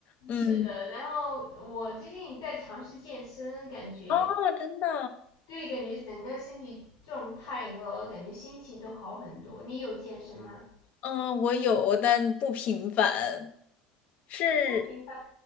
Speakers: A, on the left; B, on the left.
A: 嗯，
B: 是的，然后我最近在尝试健身，感觉
A: 哦，真的，
B: 对，感觉整个身体状态和感觉心情都好很多。你有健身吗？
A: 嗯，我有，但不频繁，是
B: 不频繁